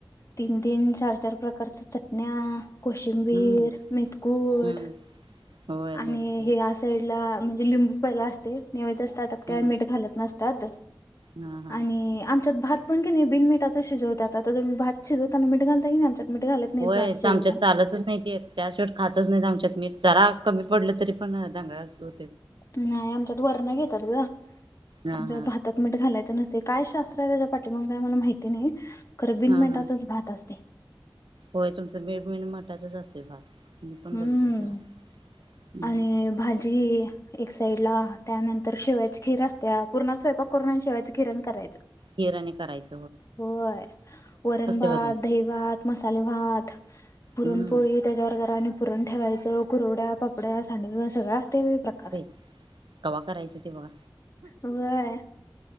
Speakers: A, on the left; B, on the right.
A: तीन तीन, चार चार प्रकारच्या चटण्या, कोशिंबीर,
B: हम्म
A: मेथकूट.
B: हम्म होय माहिती
A: आणि हे या साईडला म्हणजे लिंबू पहिला असते, नैवेद्यच्या ताटात काय
B: हम्म
A: मीठ घालत नस तात
B: हा हा
A: आणि आमच्यात भात पण की नाही बिन मीठाच शिजवतात आता तुम्ही भात शिजवताना मीठ घालताय की नाही? आमच्यात मीठ घालत नाहीत
B: होय,
A: भात शिजवताना
B: त आमच्यात चालतच नाही ते. त्या शेवट खातच नाहीत आमच्यात मीठ जरा कमी पडलं तरी पण दंगा असतो.
A: नाही आमच्यात वरणं घेतात ग आमच्यात
B: हा हा
A: भात त्यात मीठ घालायच नसते काय शास्त्र आहे त्याच्या पाठीमाग काय मला माहिती नाही खर बिन
B: हा
A: मिठाचच
B: हा
A: भात असतय
B: होय तुमचं बीन मीठाचच असतंय भात मी पण
A: हम्म
B: बघितलंय सोडा हम्म
A: आणि भाजी एक साइडला त्यानं तर शेवयाची खीर असतेया, पुरणाचा स्वयपाक करून आणि शेवायची खीर अन करायचं
B: खीर आणि करायच
A: होय वरण भात,
B: बघ तुम
A: दही भात, मसाले भात, पुरणपोळी
B: हम्म
A: त्याच्यावर जरा आणि पुरण ठेवायचं कुरवड्या, पापड्या, सांडव सगळं आसतंय बाई प्रक
B: बाई कव्हा करायचं ते बघा
A: होय,